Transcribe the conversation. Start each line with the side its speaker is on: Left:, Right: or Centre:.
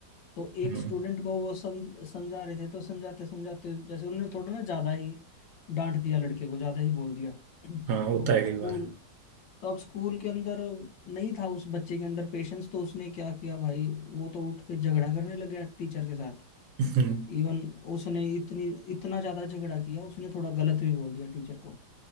Left: तो एक
Right: हम्म,
Left: स्टूडेंट को वो समझ समझा रहे थे तो समझाते समझाते जैसे उन्होंने थोड़ा ना ज्यादा ही डांट दिया लड़के को ज्यादा ही बोल दिया <clears throat> तो
Right: हाँ होता है कई
Left: स्कूल
Right: बार
Left: तो अब स्कूल के अंदर नहीं था उस बच्चे के अंदर पेशेंस तो उसने क्या किया भाई वो तो उठ के झगड़ा करने लग गया टीचर के साथ
Right: <laughs>
Left: इवन उसने इतनी इतना ज्यादा झगड़ा किया उसने थोड़ा गलत भी बोल दिया टीचर को